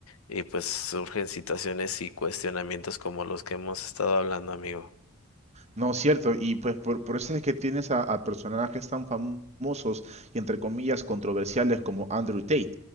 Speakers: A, on the left; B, on the right.
A: y pues surgen situaciones y cuestionamientos como los que hemos estado hablando, amigo.
B: No, cierto, y pues por, por eso es que tienes a, a personajes tan famosos y entre comillas controversiales como Andrew Tate,